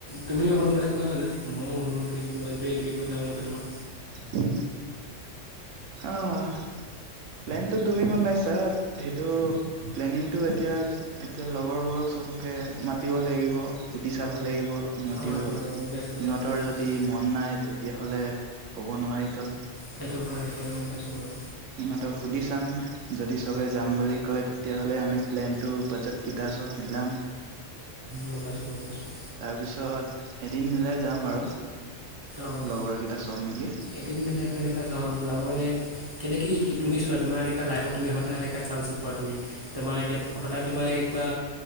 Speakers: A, on the right (about 25°); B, on the right (about 75°).
A: তুমিও অকণ কিবা এটা কোৱা মানে, মইও শুনো তুমি কত যাব মন আছে তোমাৰ।
B: উ! আহ! প্লেনটো তুমি বনাইছা সেইটো প্লেনিংটো এতিয়া, এতিয়া লগৰবোৰক চবকে মাতিব লাগিব সুধি চাব লাগিব। সিহঁতিও,
A: হয় বাৰু গম পাইছোঁ
B: সিহঁতৰ
A: বাৰু সেইটো হয়
B: যদি মন নাই তেতিয়াহ'লে কব নোৱাৰিটো।
A: সেইটো হয়, সেইটো হয় গম পাইছোঁ বাৰু।
B: সিহঁতক সুধি চাম, যদি সবে যাম বুলি কয় তেতিয়াহলে আমি প্লেন টো, বাজেট কিতা চব মিলাম।
A: গম পাইছোঁ গম পাইছোঁ
B: তাৰপিছত, এদিন মিলাই যাম আৰু
A: অঁ
B: লগৰ কেইটা চব মিলি
A: এদিন মিলাই তেনেকে যাও ওলাব মান কেলে কি তুমি চোৱা, তোমাৰ এনেকুৱা লাইফত তুমি সদায় এনেকুৱা চান্স নোপোৱা তুমি। ততোমাৰ এতিয়া সদায় তোমাৰ এনেকৈ কিবা